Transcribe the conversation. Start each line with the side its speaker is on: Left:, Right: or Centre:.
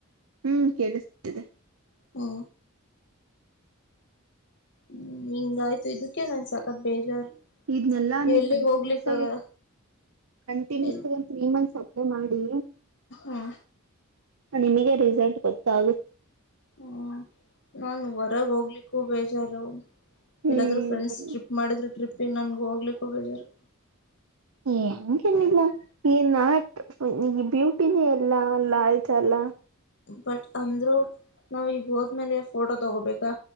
Right: ಹ್ಮ್ ಕೇಳುಸ್ತಿದೆ.
Left: ಹ್ಮ ಹ್ಮ್ ಹಿಂಗ್ ಆಯ್ತು ಇದುಕ್ಕೆ ನನ್ ಸಕತ್ ಬೇಜಾರ್.
Right: ಇದ್ನೆಲ್ಲಾ ನೀವ್
Left: ಎಲ್ಲಿಗ್
Right: ಕಂಟಿನ್ಯೂಸ್
Left: ಹೋಗ್ಲಿಕ್ಕ
Right: ಆಗಿ
Left: ಆಗಲ್ಲ
Right: ಕಂಟಿನ್ಯೂಸ್
Left: ಎಲ್
Right: ಆಗ್ ಒಂದ್ ತ್ರೀ ಮಂತ್ಸ್ ಅಪ್ಲೈ ಮಾಡಿ.
Left: ಹ್ಮ
Right: ಆ ನಿಮಿಗೆ ರಿಸಲ್ಟ್ ಗೊತ್ತಾಗುತ್.
Left: ಹ್ಮ್ ನಾನ್ ವರ್ ರಾಗ್ ಹೋಗ್ಲಿಕ್ಕೂ ಬೇಜಾರು
Right: ಹ್ಮ್
Left: ಎಲ್ಲಾದ್ರೂ ಫ್ರೆಂಡ್ಸ್ ಟ್ರಿಪ್ ಮಾಡಿದ್ರು ಟ್ರಿಪಿಗ್ ನನ್ಗ ಹೋಗ್ಲಿಕ್ಕು ಬೇಜಾರು.
Right: ಏ ಅಂಗೇನ್ ಇಲ್ಲ. ಈ ನಾಟ್ ಈ ಬ್ಯೂಟಿನೇ ಎಲ್ಲ ಅಲ್ಲ ಆಯ್ತಲ್ಲ.
Left: ಬಟ್ ಅಂದ್ರು ನಾವ್ ಈಗ್ ಹೋದ್ಮೇಲೆ ಫೋಟೋ ತಗೋಬೇಕ್ ಕ